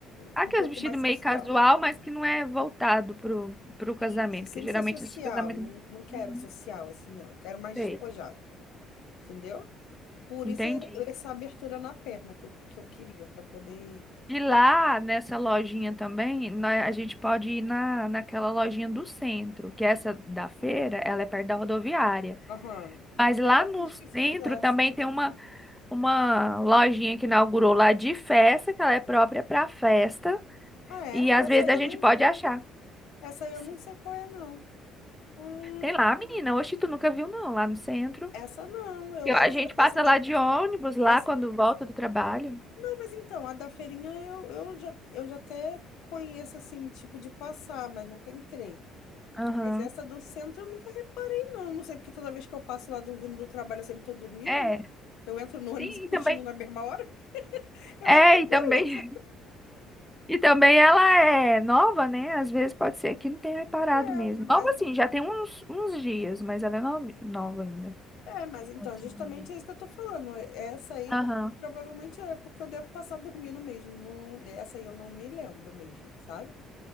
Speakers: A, in the centre; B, on the left (about 70°).
A: Aqueles
B: um pouco
A: vestidos
B: mais sensual.
A: meio casual, mas que não é voltado pro, pro casamento,
B: Isso, sem
A: que geralmente
B: ser social,
A: esse casamento...
B: não, não quero
A: Uhum,
B: social, assim, ó, quero mais
A: Sei.
B: despojado, entendeu? Por
A: Entendi.
B: isso essa abertura na perna que eu, que eu queria, pra poder.
A: E lá nessa lojinha também, nós, a gente pode ir na, naquela lojinha do centro, que é essa da feira, ela é perto da rodoviária.
B: Aham.
A: Mas lá
B: É, eu
A: no
B: tinha esquecido
A: centro
B: dessa.
A: também tem uma, uma lojinha que inaugurou lá de festa, que ela é própria para festa.
B: Ah, é?
A: E às
B: Essa
A: vezes
B: aí
A: a
B: eu
A: gente
B: não,
A: pode achar.
B: Essa aí eu
A: Sim.
B: não sei qual é, não. Hum,
A: Tem lá, menina. Oxe, tu nunca viu, não, lá no centro.
B: essa não. Eu,
A: Eu
B: essa,
A: a gente passa
B: essa da.
A: lá
B: fe-
A: de ônibus, lá
B: Essa,
A: quando volta do trabalho.
B: não, mas então, a da feirinha eu, eu já, eu já até conheço, assim, tipo de passar, mas nunca entrei.
A: Aham.
B: Mas essa do centro eu nunca reparei, não. Não sei porque toda vez que eu passo lá do, vindo do trabalho eu sempre tô dormindo.
A: É,
B: Que eu entro no ônibus
A: sim,
B: e cochilo
A: e também.
B: na mesma hora. <laughs> Eu
A: É,
B: acho que é
A: e também
B: por isso.
A: E também ela é nova, né? Às vezes pode ser que não tenha reparado
B: É,
A: mesmo.
B: mas
A: Nova assim,
B: eu,
A: já tem uns, uns dias, mas ela é nova nova ainda.
B: É, mas então,
A: Posso
B: justamente
A: dizer.
B: é isso que eu tô falando. Essa aí
A: Aham.
B: provavelmente é porque eu devo passar dormindo mesmo. Não, essa aí eu não me lembro mesmo, sabe?